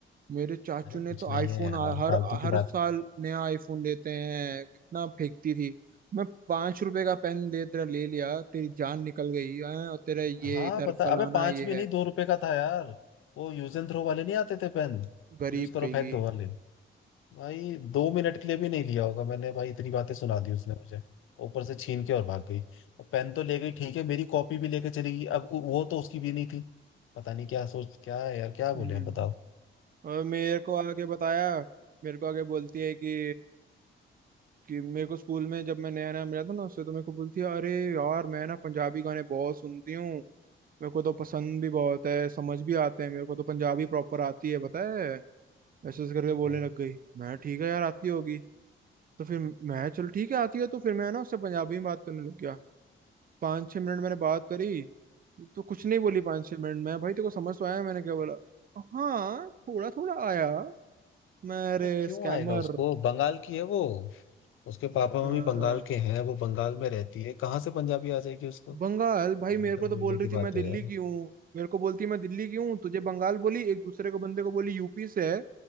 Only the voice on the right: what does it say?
मेरे चाचू
ने
तो
आईफोन
हर
हर
साल नया आईफोन लेते हैं इतना फेंकती थी मैं पांच रुपए का पेन दे तेरा ले लिया तेरी जान निकल गई हैं, और तेरा ये
इधर
फलाना
ये
है
गरीब
कहेगी
हम्म
और मेरे को आगे बताया मेरे को आगे बोलती है कि कि मेरे को स्कूल में जब मैं नया नया मिला था ना उससे तो मेरे को बोलती है अरे यार मैं ना पंजाबी गाने बहुत सुनती हूँ मेरे को तो पसंद भी बहुत है समझ भी आते हैं मेरे को तो पंजाबी प्रॉपर आती है पता है ऐसे ऐसे करके बोलने
लग गई मैं ठीक है यार आती होगी तो फिर मैं चल ठीक है आती है तो फिर मैं ना उससे पंजाबी में बात करने लग गया पाँच छः मिनट मैंने बात करी तो कुछ नहीं बोली पाँच छः मिनट में भाई तेरे को समझ तो आया मैंने क्या बोला हाँ थोड़ा थोड़ा आया मैं अरे
स्कैमर
हाँ,
हाँ।
बंगाल
भाई मेरे
को तो
बोल रही
थी मैं
दिल्ली
की हूँ मेरे को बोलती मैं दिल्ली की हूँ तुझे बंगाल बोली एक दूसरे को बंदे को बोली यूपी से है